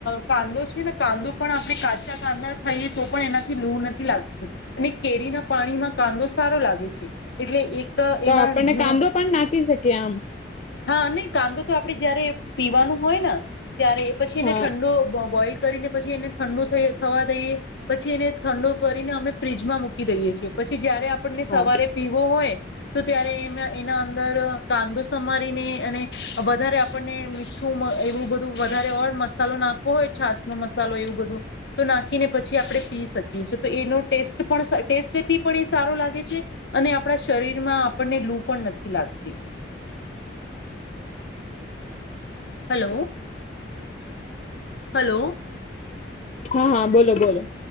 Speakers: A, on the left; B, on the left.
A: ક કાંદો છે ને કાંદો પણ આપણે કાચા કાંદા ખાઈએ તો પણ એનાથી લૂર નથી લાગતી અને કેરી ના પાણીમાં કાંદો સારો લાગે છે એટલે એક.
B: તો
A: એમાં
B: આપણને
A: ઝીણો
B: કાંદો પણ નાખી શકીએ આમ
A: હા નહી કાંદો તો આપડણે જયારે પીવાનો હોય ને. ત્યારે પછી એને
B: હા
A: ઠંડો બોઈલ. કરીને પછી એને ઠંડો થ થવા દઈએ, પછી એને ઠંડ કરીને અમે ફ્રીજમાં મુકી. ઈએ છીએ પછી જયારે આપ આપણને
B: હા
A: સવારે પીવો હોય. તો ત્યારે એમાં એના અંદર કાંદો સમારીને અને વધારે આપણને મીઠું એવું બધું વધારે ઓર મસાલો નાખવો હોય છાસ નો મસાલો એવું બધું તો નાખીને પછી આપડણે પી શકીએ છે તો એનો ટેસ્ટ પણ ટેસ્ટથી પણ એ સારો લાગે છે અને આપણા શરીરમાં આપણને લુ પણ નથી લાગતી. Hello, hello.
B: હા! હા! બોલો બોલો.